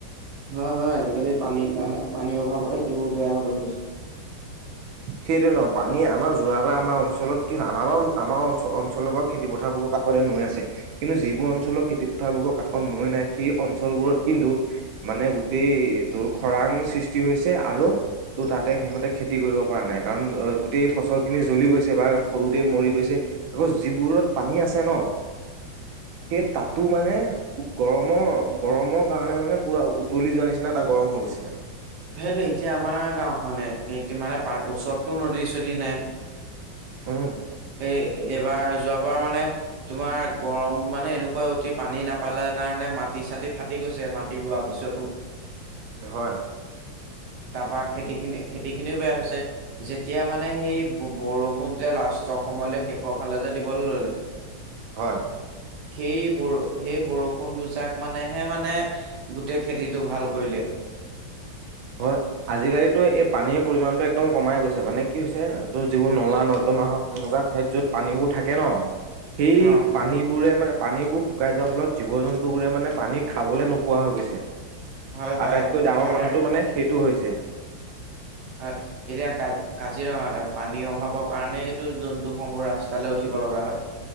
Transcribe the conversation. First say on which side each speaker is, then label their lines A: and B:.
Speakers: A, on the right; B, on the right.
A: হয়, হয় আজিকালি পানীৰ কাৰণে পানীৰ অভাৱতে খেতিবোৰ বেয়া হবলে লৈছে। <inaudible>
B: সেইটোৱে নহ পানী আমাৰ যোৱা বা আমাৰ অঞ্চলত কি আমাৰ বাও আমাৰ অন অন অঞ্চলৰ পৰা খেতিপথাৰবোৰৰ কাষতে নৈ আছে। কিন্তু যিবোৰ অঞ্চলৰ খেতি পথাৰবোৰৰ কাষত নৈ নাই, সেই অঞ্চলবোৰত কিন্তু মানে গোটেই তোৰ খৰাং সৃষ্টি হৈছে আৰু তোৰ তাতে সিহঁতে খে তি কৰিব পৰা নাই, কাৰণ অ গোটেই ফচল খিনি জ্বলি গৈছে বা সৰুতে মৰি গৈছে। আকৌ যিবোৰত পানী আছে ন।
A: <inaudible>
B: সেই তাতো
A: অ
B: মানে গৰমৰ- গৰমৰ কাৰণে মানে পুৰা উতলি যোৱাৰ নিচিনা এটা গৰম হৈ গৈছিলে।
A: সেইটোৱে। এতিয়া আমাৰ গাওঁখনে এ মানে ওচৰতটো নদী চদী নাই।
B: উম
A: এই এইবাৰ যোৱাবাৰ মানে তোমাৰ গৰম মানে এনেকুৱা অতি পানী নাপালে কাৰণে নে মাটি-চাটি ফাটি গৈছে মাটি ৰোৱা পিছতো।
B: হয়।
A: <inaudible> তাৰ পৰা খেতি খিনি- খেতি খিনিও বেয়া হৈছে, যেতিয়া মানে সেই বৰষুণ যে লাষ্টৰ স সময়লে শেষৰ ফালে যে দিবলে ল'লে
B: হয়।
A: সেই বৰ সেই বৰষুণ দুজাক মানেহে মানে গোটেই খেতিটো ভাল কৰিলে। <inaudible>
B: হয়। আজি-কালিতো এই পানীৰ পৰিমানটো একদম কমাই গৈছে। মানে কি হৈছে ত যিবোৰ নলা নৰ্দমা হওঁক তেনে কুৱা ঠাইত য'ত পানীবোৰ থাকে ন, সেই
A: অ
B: পানীবোৰে মানে পানীবোৰ শুকাই যোৱাৰ ফলত জীৱ-জন্তু বোৰে মানে পানী খাবলৈ নোপোৱা হৈ গৈছে।
A: হয়-হয়
B: আটাইতকৈ
A: সেইকাৰণে
B: ডাঙৰ কথাটো মানে সেইটো হৈছে।
A: হয়, এতিয়া কা কাজিৰঙাতে পানীৰ অভাৱৰ কাৰণেই এইটো জন্তু সমূহ ৰাস্তালৈ উঠি ব লগা হয়।